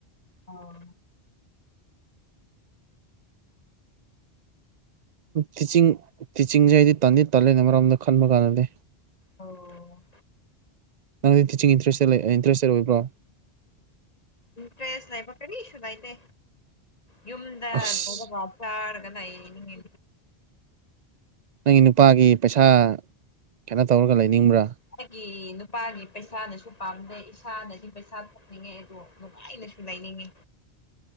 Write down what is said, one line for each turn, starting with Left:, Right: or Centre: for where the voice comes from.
Left: ꯑꯣ꯫
Right: ꯇꯤꯆꯤꯡ ꯇꯤꯆꯤꯡꯁꯦ ꯑꯩꯗꯤ ꯇꯥꯟꯗꯤ ꯇꯥꯂꯦ ꯑꯃꯔꯣꯝꯗ ꯈꯟꯕ ꯀꯥꯟꯗꯗꯤ꯫
Left: ꯑꯣ꯫
Right: ꯅꯪꯗꯤ ꯇꯤꯆꯤꯡ ꯏꯟꯔꯦꯁ ꯏꯟꯇꯦꯁꯇꯦꯠ ꯑꯣꯏꯕ꯭ꯔꯣ꯫
Left: ꯏꯟꯇ꯭ꯔꯦꯁ ꯂꯩꯕ ꯀꯔꯤꯁꯨ ꯂꯩꯇꯦ ꯌꯨꯝꯗ
Right: ꯑꯁ
Left: <unintelligible> ꯆꯥꯔꯒꯂꯩꯅꯤꯡꯉꯦ꯫
Right: ꯅꯪꯒꯤ ꯅꯨꯄꯥꯒꯤ ꯄꯩꯁꯥ ꯀꯩꯅꯣ ꯇꯧꯔꯒ ꯂꯩꯅꯤꯡꯕ꯭ꯔꯥ꯫
Left: ꯑꯩꯒꯤ ꯅꯨꯄꯥꯒꯤ ꯄꯩꯁꯥꯅꯁꯨ ꯄꯥꯝꯗꯦ ꯏꯁꯥꯅꯗꯤ ꯄꯩꯁꯥ ꯅꯤꯡꯉꯦ ꯑꯗꯨ ꯅꯨꯉꯥꯏꯅꯁꯨꯂꯩꯅꯤꯡꯉꯦ꯫